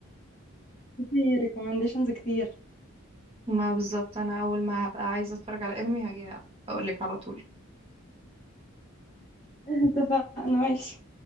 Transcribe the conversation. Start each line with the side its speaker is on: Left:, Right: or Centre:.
Left: في ريكومنديشنز كتير
Right: ما بالظبط انا اول ما هبقى عايزه اتفرج على انمي هاجي اقول لك على طول
Left: <laughs> اتفقنا ماشي